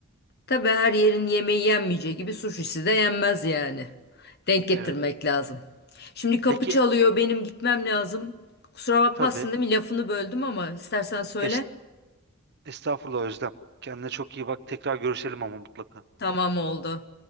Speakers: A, on the left (about 50°); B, on the right (about 50°).
A: Tabii her yerin yemeği yenmeyeceği gibi sushisi de yenmez yani. Denk getirmek
B: Evet.
A: lazım. Şimdi kapı
B: Peki
A: çalıyor, benim gitmem lazım. Kusura bakmazsın
B: tabii.
A: değil mi? Lafını böldüm ama istersen söyle.
B: Es estağfurullah Özlem. Kendine çok iyi bak. Tekrar görüşelim ama mutlaka.
A: Tamam oldu.